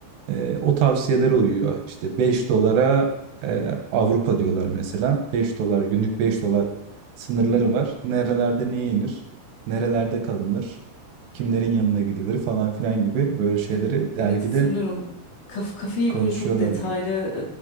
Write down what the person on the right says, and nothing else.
E, o tavsiyelere uyuyor. İşte 5 dolara e, Avrupa diyorlar mesela. beş
dolar, günlük 5 dolar sınırları var. Nerelerde ne yenir, nerelerde kalınır, kimlerin yanına gidilir falan filan gibi böyle şeyleri
dergide
konuşuyorlar.